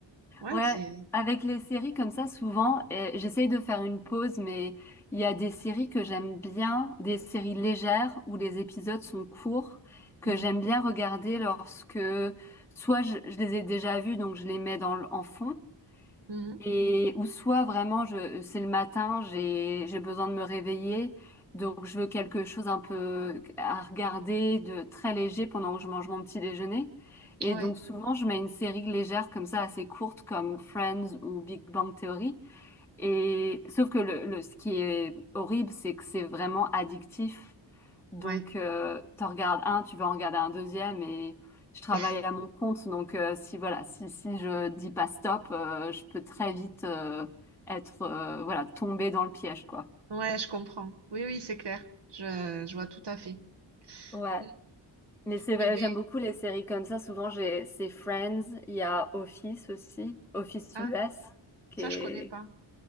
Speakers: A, on the right; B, in the centre.
A: ouais,
B: Ouais,
A: c'est
B: avec les séries comme ça, souvent, euh, j'essaye de faire une pause, mais il y a des séries que j'aime bien, des séries légères où les épisodes sont courts, que
A: mmh.
B: j'aime bien regarder lorsque soit je, je les ai déjà vues, donc je les mets dans, le- en fond,
A: Mmh
B: et ou soit vraiment je c'est le matin, j'ai j'ai besoin de me réveiller, donc je veux quelque chose un peu à regarder de très léger pendant que je mange mon petit déjeuner. Et
A: Ouais,
B: donc souvent je mets une série légère comme ça assez courte comme Friends ou Big Bang Theory. Et sauf que le, le ce qui est horrible, c'est que c'est vraiment addictif. Donc,
A: ouais.
B: euh, t'en regardes un, tu vas en regarder un deuxième et je travaille
A: <laughs>
B: à mon compte. Donc, euh, si voilà, si, si je dis pas stop, euh, je peux très vite euh, être euh, voilà tomber dans le piège quoi.
A: Ouais, je comprends. Oui, oui, c'est clair. Je je vois tout à fait.
B: Ouais,
A: Mmh.
B: mais c'est vrai,
A: Eh beh
B: j'aime beaucoup les séries comme ça. Souvent, j'ai c'est Friends, il y a Office aussi, Office
A: ah,
B: US qui
A: ça,
B: est
A: je connais pas.